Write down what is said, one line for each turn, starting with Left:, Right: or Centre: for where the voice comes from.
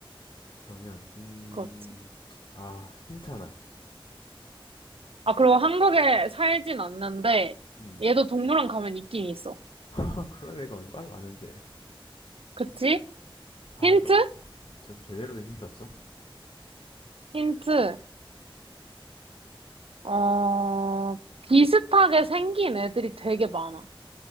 Left: 그러면, 음,
Right: 그렇지.
Left: 아, 힌트 하나.
Right: 아, 그리고 한국에 살진 않는데,
Left: 음,
Right: 얘도 동물원 가면 있긴 있어.
Left: <laughs> 아, 그런 애가 얼마나 많은데.
Right: 그치?
Left: 아,
Right: 힌트?
Left: 좀, 좀 제대로 된 힌트 없어?
Right: 힌트. 어, 비슷하게 생긴 애들이 되게 많아.